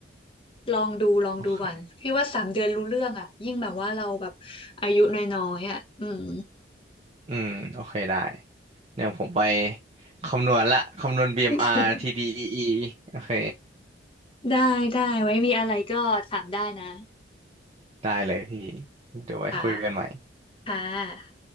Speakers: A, on the left; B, on the right.
A: ลองดูลองดูก่อนพี่ว่าสามเดือนรู้เรื่องอ่ะยิ่งแบบว่าเราแบบอายุน้อยๆอ่ะอืม
B: โอเคอืมโอเคได้เดี๋ยวผมไปคำนวณละคำนวณ BMR
A: <laughs>
B: TDEE โอเค
A: ได้ได้ไว้มีอะไรก็ถามได้นะ
B: ได้เลยพี่เดี๋ยวไว้คุยกันใหม่
A: ค่ะค่ะ